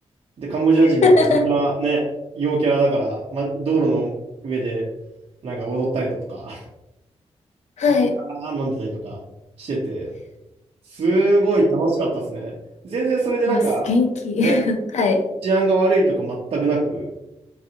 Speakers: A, on the right; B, on the left.
A: で、カンボジア人もみんなね、
B: <laughs>
A: 陽キャラだから、ま、道路の上でなんか踊ったりだとか、
B: はい。
A: <laughs> あー飲んでたりとかしてて、すごい楽しかったですね。全然それでなんか、
B: わ、す、元気。
A: ね、
B: <laughs> はい。
A: 治安が悪いとか全くなく、